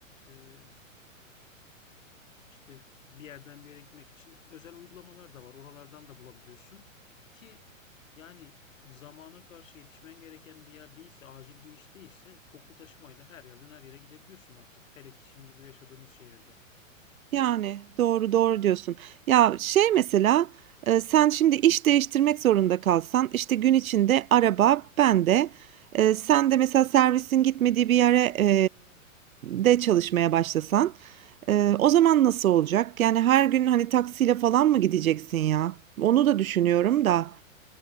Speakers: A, on the left; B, on the right.
A: e, İşte bir yerden bir yere gitmek için özel uygulamalar da var. Oralardan da bulabiliyorsun ki yani zamana karşı yetişmen gereken bir yer değilse, acil bir iş değilse toplu taşımayla her yerden her yere gidebiliyorsun artık. Hele ki şimdi bu yaşadığımız şehirde.
B: yani doğru doğru diyorsun. Ya şey mesela e, sen şimdi iş değiştirmek zorunda kalsan işte gün içinde araba bende. E, sen de mesela servisin gitmediği bir yere e, de çalışmaya başlasan e, o zaman nasıl olacak? Yani her gün hani taksiyle falan mı gideceksin ya? Onu da düşünüyorum da.